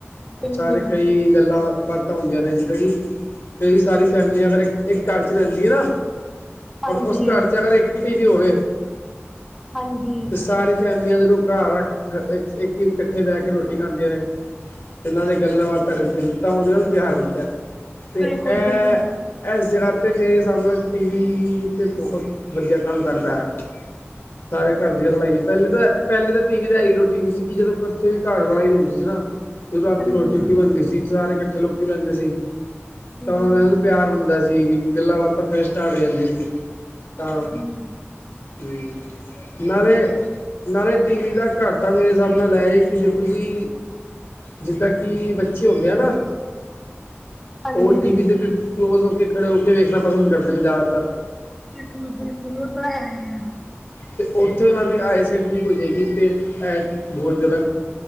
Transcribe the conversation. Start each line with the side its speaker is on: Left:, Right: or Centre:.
Centre: ਬਿਲਕੁਲ
Left: ਸਾਰੇ ਕਈ ਗੱਲਾਂ ਬਾਤਾਂ ਹੁੰਦੀਆਂ ਨੇ, ਜਿੱਦਾਂ ਕਿ ਕਈ ਸਾਰੀ ਫੈਮਲੀਆਂ ਅਗਰ ਇੱਕ ਘਰ ਚ ਰਹਿੰਦੀ ਹੈ ਨਾ
Centre: ਹਾਂਜੀ,
Left: ਔਰ ਉਸ ਘਰ 'ਚ ਅਗਰ ਇੱਕ ਹੀ ਟੀਵੀ ਹੋਵੇ
Centre: ਹਾਂਜੀ
Left: ਤੇ ਸਾਰੀ ਫੈਮਿਲੀਆਂ ਜਦੋਂ ਘਰ ਆ ਇੱਕ ਹੀ ਇਕੱਠੇ ਬਹਿ ਕੇ ਰੋਟੀ ਖਾਂਦੀਆਂ ਨੇ, ਅਤੇ ਨਾਲ ਦੀ
Centre: ਬਿਲਕੁਲ,
Left: ਗੱਲਾਂ ਬਾਤਾਂ ਕਰਦੀਆਂ ਨੇ ਤਾਂ ਉਹਦੇ ਨਾਲ ਪਿਆਰ ਵੱਧਦਾ, ਅਤੇ
Centre: ਬਿਲਕੁਲ-ਬਿਲਕੁਲ
Left: ਇਹ ਇਸ ਜਗ੍ਹਾ 'ਤੇ ਮੇਰੇ ਹਿਸਾਬ ਨਾਲ ਟੀਵੀ 'ਤੇ ਬਹੁਤ ਵਧੀਆ ਕੰਮ ਕਰਦਾ ਹੈ ਸਾਰੇ ਘਰ ਦੀਆਂ ਲੜਾਈਆਂ, ਪਹਿਲੇ ਤਾਂ ਪਹਿਲੇ ਤਾਂ ਟੀ ਵੀ ਦਾ ਹੈ ਹੀ ਰੋਟੀ ਸੀ ਕਿ ਜਦੋਂ ਕੱਠੇ ਵੀ ਘਰ ਲੜਾਈ ਹੁੰਦੀ ਸੀ, ਨਾ ਫਿਰ ਰਾਤੀ
Centre: ਹਾਂਜੀ,
Left: ਰੋਟੀ ਰੂਟੀ ਬਣਦੀ ਸੀ ਸਾਰੇ ਇਕੱਠੇ ਲੋਕੀ ਬੈਂਦੇ ਸੀ ਤਾਂ
Centre: ਹਾਂਜੀ,
Left: ਮੈਂ ਪਿਆਰ ਬਣਦਾ ਸੀ, ਵੀ ਗੱਲਾਂ ਬਾਤਾਂ ਫੇਰ ਸਟਾਰਟ ਹੋ ਜਾਂਦੀਆਂ ਸੀ ਤਾਂ,
Centre: ਹਾਂਜੀ
Left: ਹਮ
Centre: ਉਹ ਤਾਂ ਹੈ
Left: ਨਾਲੇ
Centre: ਹੀ ਹੈ।
Left: ਨਾਲੇ ਟੀਵੀ ਦਾ ਘੱਟ ਤਾਂ ਮੇਰੇ ਹਿਸਾਬ ਨਾਲ, ਇਹ ਕਿ ਦੇਖੋ ਜੀ ਜਿੱਦਾਂ ਕਿ ਬੱਚੇ ਹੁੰਦੇ ਆ ਨਾ
Centre: ਹਾਂਜੀ,
Left: ਉਹ ਟੀਵੀ ਦੇ ਬਿਲਕੁਲ ਕਲੋਜ਼ ਹੋ ਕੇ, ਖੜੇ ਹੋ ਕੇ ਵੇਖਣਾ ਪਸੰਦ ਕਰਦੇ ਨੇ ਜ਼ਿਆਦਾਤਰ
Centre: ਬਿਲਕੁਲ-ਬਿਲਕੁਲ ਉਹ ਤਾਂ ਹੈ ਹੀ ਐ
Left: ਤੇ ਉੱਥੇ ਉਹਨਾਂ ਦੀ ਆਈ ਸੈਡ ਵੀਕ ਹੋ ਜਾਵੇਗੀ ਤੇ ਇਹ ਬਹੁਤ <unintelligible>